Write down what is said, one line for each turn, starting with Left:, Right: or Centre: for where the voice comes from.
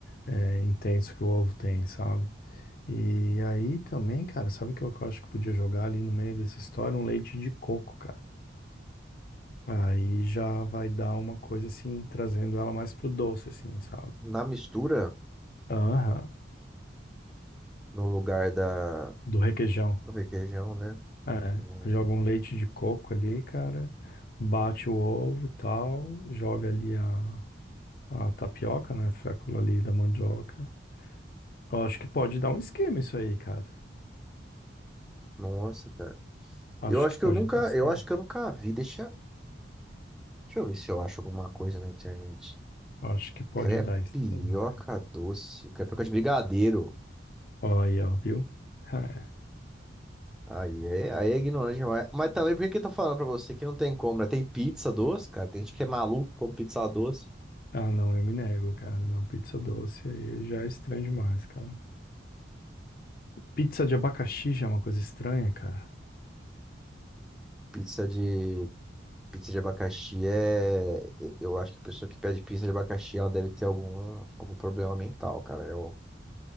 Left: é, intenso que o ovo tem, sabe? E aí também, cara, sabe o que eu que eu acho que podia jogar ali no meio dessa história? Um leite de coco, cara. Aí já vai dar uma coisa assim, trazendo ela mais pro doce, assim, sabe?
Centre: Na mistura.
Left: Aham,
Centre: no lugar da
Left: do requeijão.
Centre: do requeijão, né?
Left: É,
Centre: Hum,
Left: joga um leite de coco ali, cara, bate o ovo, tal, joga ali a, a tapioca, né, a fécula ali da mandioca. Eu acho que pode dar um esquema isso aí, cara.
Centre: Nossa, cara.
Left: Acho
Centre: Eu acho
Left: que pode
Centre: que eu nunca,
Left: dar um esquema.
Centre: eu acho que eu nunca vi. Deixa, deixa eu ver se eu acho alguma coisa na internet.
Left: Acho que pode
Centre: Crepioca
Left: dar esquema, cara.
Centre: doce, crepioca de brigadeiro.
Left: Ó, aí, ó, viu? <laughs> É.
Centre: Aí é, aí é ignorante demais. Mas também por que que eu tô falando pra você que não tem como, né? Tem pizza doce, cara. Tem gente que é maluco com pizza doce.
Left: Ah, não, eu me nego, cara. Não, pizza doce aí já é estranho demais, cara. Pizza de abacaxi já é uma coisa estranha, cara.
Centre: Pizza de pizza de abacaxi é, eu acho que a pessoa que pede pizza de abacaxi, ela deve ter algum algum problema mental, cara. Eu